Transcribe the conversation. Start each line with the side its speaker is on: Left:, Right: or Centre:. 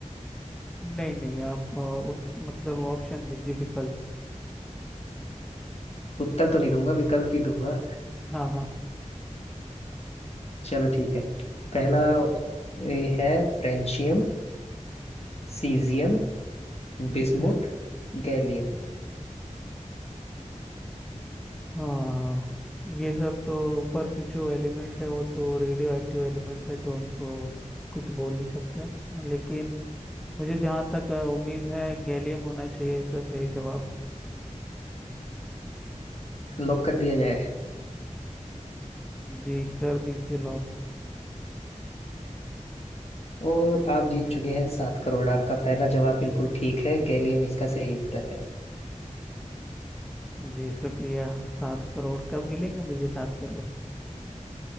Centre: नहीं नहीं आप अ, उत, मतलब ऑप्शन दीजिए विकल्प
Left: उत्तर तो नहीं दूंगा विकल्प ही दूंगा
Centre: हाँ हाँ
Left: चलो ठीक है पहला ये है फ्रेंशियम सीजियम
Centre: ठीक
Left: बिस्मुथ
Centre: है
Left: गैलियम
Centre: हाँ ये सब तो ऊपर के जो एलिमेंट है वो तो रेडियो एक्टिव एलिमेंट है तो उनको कुछ बोल नहीं सकते लेकिन मुझे जहाँ तक अ, उम्मीद है गैलियम होना चाहिए इसका सही जवाब
Left: Lock कर दिया जाए
Centre: जी कर दीजिए लॉक
Left: और आप जीत चुके हैं सात करोड़ आपका पहला जवाब बिल्कुल ठीक है गैलियम इसका सही उत्तर है
Centre: जी शुक्रिया सात करोड़ कब मिलेंगे मुझे सात करोड़